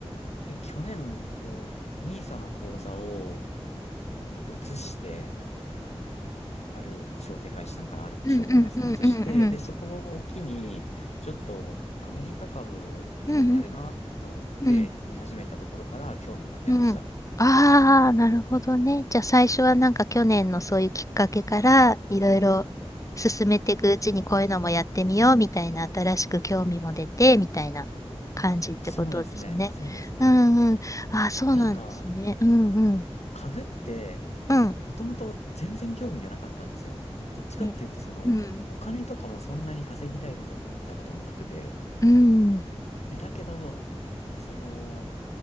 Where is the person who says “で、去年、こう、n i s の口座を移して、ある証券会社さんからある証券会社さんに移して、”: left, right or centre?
Left